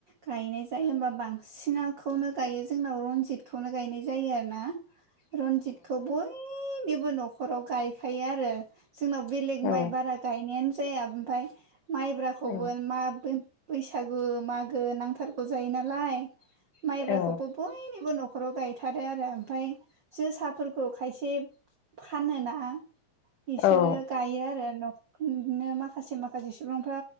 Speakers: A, on the right; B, on the left.
A: गायनाय जायो होमबा बांसिनखौनो गायो जोंनाव रनजितखौनो गायनाय जायो आरो ना
B: <inaudible>
A: रनजितखौ बयनिबो न'खराव गायखायो आरो जोंनाव बेलेग
B: औ
A: माइ बारा गायनायानो जाया ओमफ्राय माइब्राखौबो
B: औ
A: मा बे बैसागु मागो नांथारगौ जायो नालाय माइब्राखौबो
B: औ
A: बयनिबो न'खराव गायथारो आरो ओमफ्राय जोसाफोरखौ खायसे फानो ना बिसोरो
B: औ
A: गायो आरो न' बिदिनो माखासे माखासे सुबुंफ्रा